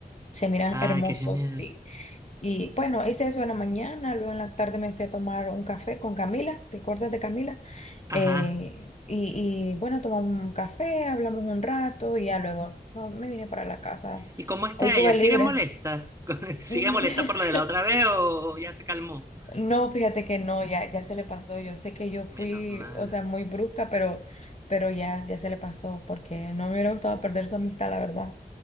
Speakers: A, on the left (about 45°); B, on the right (about 20°).
A: Se miran
B: ah,
A: hermosos,
B: qué genial.
A: sí. Y bueno, hice eso en la mañana, luego en la tarde me fui a tomar un café con Camila, ¿te acuerdas de Camila?
B: Ajá.
A: Eh, y, y, bueno, tomamos un café, hablamos un rato y ya luego no, me vine para la casa.
B: ¿Y cómo está
A: Hoy tuve
B: ella? ¿Sigue
A: libre.
B: molesta? <laughs> ¿Sigue
A: Mm,
B: molesta por
A: <laughs>
B: lo de la otra vez o ya se calmó?
A: No, fíjate que no, ya, ya se le pasó. Yo sé que yo fui,
B: Menos mal.
A: o sea, muy brusca, pero, pero ya, ya se le pasó porque no me hubiera gustado perder su amistad, la verdad.